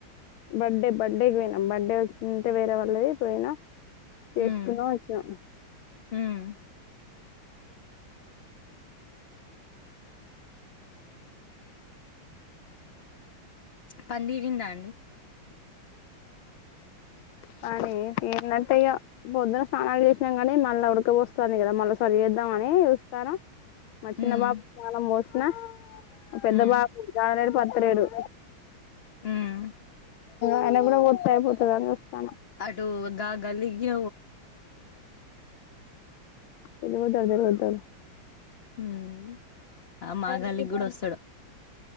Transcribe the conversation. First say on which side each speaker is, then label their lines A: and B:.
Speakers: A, on the left; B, on the left.
A: బర్త్డే బర్త్డేకి పోయినాం బర్త్డే ఉంటే వేరే వాళ్ళది పోయినా చేసుకున్నాం
B: ఉమ్
A: వచ్చినం
B: ఉమ్ పని తీరిందా అండి
A: పని తీర్నట్టే ఇగా పొద్దున స్నానాలు చేసినామ్ కానీ మళ్ళ ఉడకపోస్తంది కదా మళ్ళ ఒకసారి చేద్దామని చూస్తున్న మా చిన్న
B: ఉమ్
A: బాబుకి స్నానం పోసిన మా పెద్ద
B: ఉమ్
A: బాబు జనవరి బర్త్డే నే
B: ఉమ్
A: ఆయనకు కూడా చెప్తా అయిపోతది అని చూస్తాన
B: అటు ఒగ్గు
A: తినుకుంటా తిరుగుతం
B: హ్మ్ ఆ మాగల్లికి
A: తిరుగుతాండు
B: కూడా వస్తాడు